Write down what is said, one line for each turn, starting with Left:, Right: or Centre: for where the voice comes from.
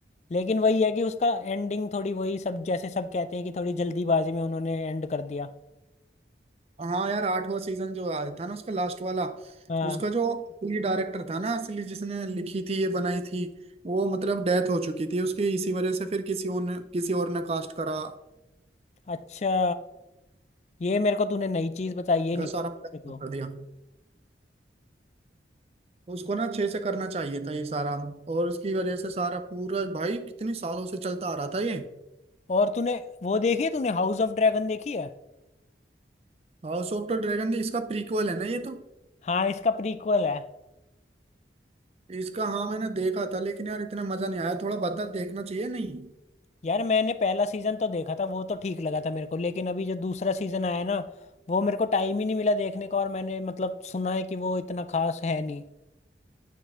Left: लेकिन वही है कि उसका एंडिंग थोड़ी वही सब जैसे सब कहते हैं कि थोड़ी जल्दीबाजी में उन्होंने एंड कर दिया
Right: हाँ यार आठवां सीजन जो आया था ना उसका लास्ट वाला
Left: हाँ
Right: उसका जो असली डायरेक्टर था ना असली जिसने लिखी थी ये बनाई थी वो मतलब डेथ हो चुकी थी उसकी इसी वजह से फिर किसी और ने किसी और ने कास्ट करा
Left: अच्छा ये मेरे को तूने नई चीज बताई ये नहीं
Right: का
Left: पता
Right: सारा production
Left: मेरे को
Right: कर दिया उसको ना अच्छे से करना चाहिए था ये सारा और उसकी वजह से सारा पूरा भाई कितने सालों से चलता आ रहा था ये
Left: और तूने वो देखी है तूने हाउस ऑफ ड्रैगन देखी है
Right: हाउस ऑफ द ड्रैगन भी इसका प्रीक्वल है ना ये तो।
Left: हाँ इसका प्रीक्वल है
Right: इसका हाँ मैंने देखा था लेकिन यार इतना मजा नहीं आया थोड़ा बदला देखना चाहिए नहीं
Left: यार मैंने पहला सीजन तो देखा था वो तो ठीक लगा था मेरे को लेकिन अभी जो दूसरा सीजन आया ना वो मेरे को टाइम ही नहीं मिला देखने का और मैंने मतलब सुना है कि वो इतना खास है नहीं